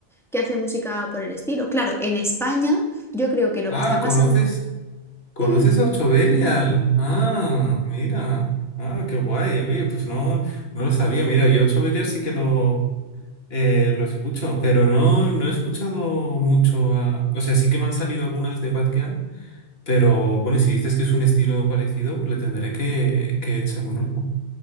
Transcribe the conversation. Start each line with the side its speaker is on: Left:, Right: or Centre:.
Centre: que hace música por el estilo. Claro, en España yo creo que lo
Left: Ah,
Centre: que está pasando...
Left: ¿conoces? ¿Conoces
Centre: Dime,
Left: a Ochobelial? Ah, mira. Ah, qué guay. Oye, pues no, no lo sabía. Mira, yo Ochobelial sí que lo, eh, lo escucho, pero no, no he escuchado mucho a... O sea, sí que me han salido algunas de Batgirl, pero bueno, si dices que es un estilo parecido, le tendré que, que echar un ojo.